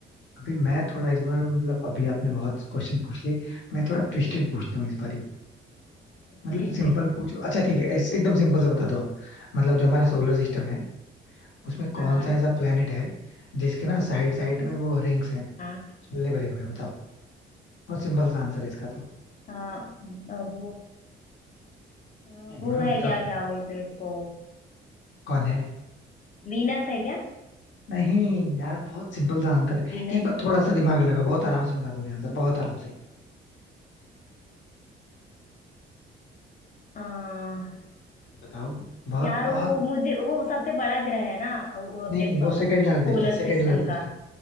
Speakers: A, on the left; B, on the left.
A: अभी मैं थोड़ा इस बार मतलब अभी आपने बहुत क्वेश्चन पूछ लिए मैं थोड़ा ट्विस्टेड पूछता हूँ इस बार ही मतलब
B: ठीक
A: सिंपल
B: है
A: पूछो अच्छा ठीक है ऐसे एकदम सिंपल से बता दो आप मतलब जो हमारा सोलर सिस्टम
B: ठीक,
A: है उसमें
B: हाँ
A: कौन सा ऐसा प्लेनेट है जिसके ना साइड साइड
B: उस-
A: में वो रिंग्स हैं
B: हाँ
A: छल्ले भरे हुए हैं बताओ बहुत सिंपल सा आंसर है इसका तो
B: हाँ अ, वो अ, वो
A: हाँ
B: है
A: बता
B: क्या
A: बता
B: क्या बोलते हैं उसको
A: कौन है
B: वीनस है क्या
A: नहीं यार बहुत सिंपल सा आंसर है
B: वीनस
A: एक बार थोड़ा सा दिमाग लगाओ बहुत आराम से बता दोगे आंसर बहुत आराम से
B: आ,
A: बताओ बहुत
B: यार
A: बहुत
B: वो मुझे वो सबसे बड़ा ग्रह है ना वो अपने
A: नहीं वो
B: प-
A: सेकंड
B: मतलब
A: लार्जेस्ट
B: सोलर
A: है सेकंड
B: सिस्टम
A: लार्जेस्ट
B: का
A: है